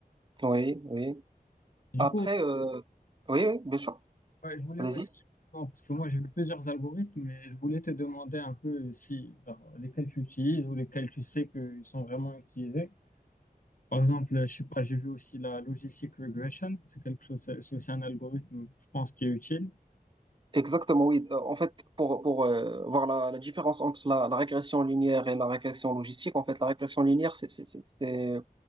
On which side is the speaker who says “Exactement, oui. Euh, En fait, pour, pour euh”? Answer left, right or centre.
Right